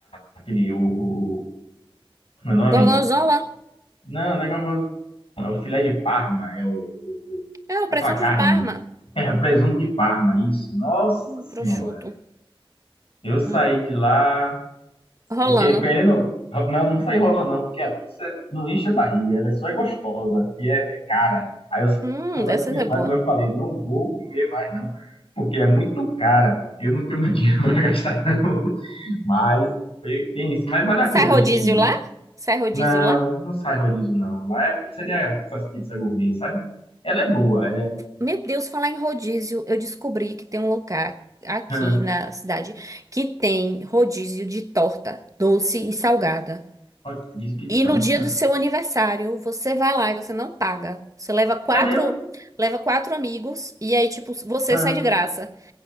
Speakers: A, on the left (about 80°); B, on the right (about 35°).
A: aquele, o, o, meu nome?
B: Gorgonzola?
A: Não, não é gorgonzola. É o filé de Parma. É o, o- o-
B: É, o
A: aquela
B: presunto
A: carne.
B: de Parma.
A: <laughs> É, o presunto de Parma, isso. Nossa
B: Um
A: Senhora.
B: prosciutto.
A: Eu saí
B: Hum,
A: de lá.
B: rolando.
A: Eu que- querendo. Não, não saí rolando, não, porque a pizza não enche a barriga. Ela só é gostosa e é, é cara. Aí eu saí
B: Hum, dessa
A: comendo,
B: é boa.
A: mas eu falei, não vou comer mais, não. Porque é muito cara. Eu não tenho mais dinheiro <laughs> para gastar, não. Mas foi- tem isso. Mas vale a
B: Sai
A: pena
B: rodízio
A: a gente ir.
B: lá?
A: né?
B: Sai rodízio
A: Não,
B: lá?
A: não sai rodízio, não. Lá é pizzaria, essas pizzas gourmet, sabe? Ela é boa, ela é.
B: Meu Deus, falar em rodízio, eu descobri que tem um lugar aqui
A: Hã,
B: na cidade que tem rodízio de torta, doce e salgada.
A: rodízio de
B: E
A: torta?
B: no dia do seu aniversário, você vai lá e você não paga. Você leva quatro,
A: É mesmo?
B: leva quatro amigos e aí, tipo, você
A: Hã,
B: sai de graça.